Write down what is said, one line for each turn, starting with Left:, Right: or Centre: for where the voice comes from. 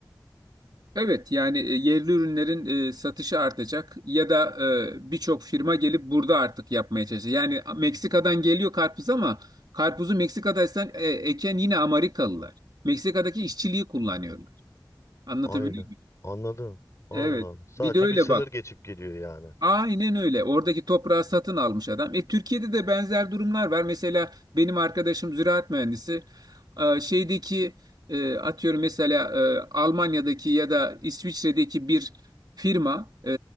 Right: Evet, yani e, yerli ürünlerin e, satışı artacak ya da e, birçok firma gelip burada artık yapmaya çalışacak. Yani Meksika'dan geliyor karpuz ama karpuzu Meksika'da esen- e, eken yine Amerikalılar. Meksika'daki işçiliği kullanıyorlar. Anlatabiliyor
Left: Aynen.
Right: muyum?
Left: Anladım. Allah
Right: Evet.
Left: Allah. Sadece
Right: Bir de öyle
Left: bir sınır
Right: bak.
Left: geçip geliyor yani.
Right: Aynen öyle. Oradaki toprağı satın almış adam. E, Türkiye'de de benzer durumlar var. Mesela benim arkadaşım ziraat mühendisi. E, şeydeki e, atıyorum mesela e, Almanya'daki ya da İsviçre'deki bir firma, e,